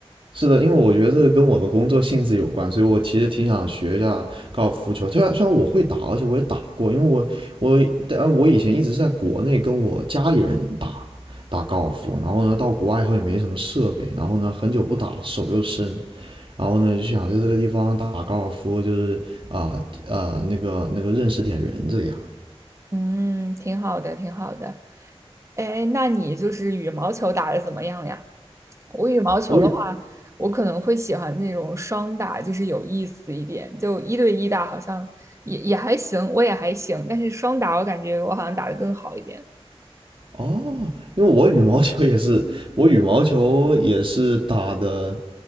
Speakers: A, on the right (about 55°); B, on the right (about 30°).
A: 是的，因为我觉得这个跟我的工作性质有关，所以我其实挺想学一下高尔夫球。虽然虽然我会打，而且我也打过，因为我我但我以前一直是在国内跟我家里人打打高尔夫，然后呢到国外以后也没什么设备，然后呢很久不打了，手又生，然后呢就想在这个地方打高尔夫，就是啊啊、呃呃那个那个认识点人这样。
B: 嗯，挺好的，挺好的。哎，那你就是羽毛球打得怎么样呀？我羽毛球的话，
A: 我有
B: 我可能会喜欢那种双打，就是有意思一点。就一对一打好像也也还行，我也还行，但是双打我感觉我好像打得更好一点。
A: 哦，因为我羽毛球也是，我羽毛球也是打的，